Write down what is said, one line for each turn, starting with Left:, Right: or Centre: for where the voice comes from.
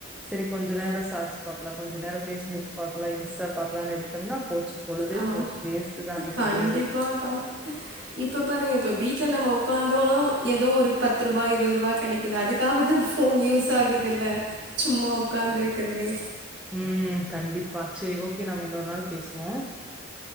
Centre: செரி கொஞ்ச நேரம் சார்ட்ஸ் பாக்லா கொஞ்ச நேர பேஸ்புக் பாக்லா இன்ஸ்டா பாக்கலான்னு எடுத்தோம்னா போச்சு பொழுதே
Right: ஆ
Centre: போச்சு வேஸ்ட் தா அன்னைக்கு
Right: கண்டிப்பாக்கா
Centre: டேவே
Right: இப்ப பாருங்க இப்ப வீட்ல நம்ம ஒக்காந்தாலும் ஏதோ ஒரு பத்ரூபா இருபதுரூபா கெடை இது அதுக்காவது ஃபோன் யூஸ் ஆகுதுல்ல சும்மா ஒக்காந்து இருக்றதே
Centre: ம் கண்டிப்பா செரி ஓகே நம்ம இன்னொரு நாளு பேசுவோம்